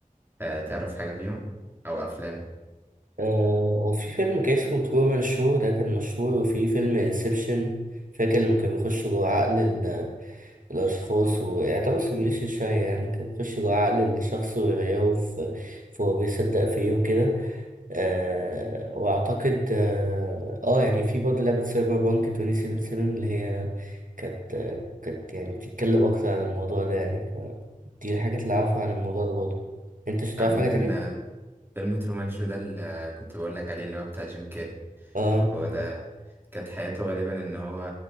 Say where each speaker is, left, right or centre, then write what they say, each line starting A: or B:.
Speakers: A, on the right; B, on the right.
A: آه، تعرف حاجة فيهم أو أفلام
B: آه وفي فيلم كان اسمه ترومان شو ده كان مشهور وفي فيلم انسبشن فاكر لما كان بيخش جوه عقل ال- الأشخاص ويعتبر سيميوليشن شوية يعني كان بيخش جوه عقل الشخص ويغيره في في هو بيصدق فيه وكده آه وأعتقد آه, آه يعني في برضه لعبة سايبر بانك 2077 اللي هي كانت كانت يعني بتتكلم أكتر عن الموضوع ده يعني فدي الحاجات اللي أعرفها عن الموضوع ده برضه أنت مش هتعرف
A: عامة
B: حاجة تانية؟
A: آه، فيلم ترومان شو ده اللي آه، كنت بقول لك عليه اللي هو بتاع جيم كاري
B: آه
A: هو ده كانت حياته غالبا ان هو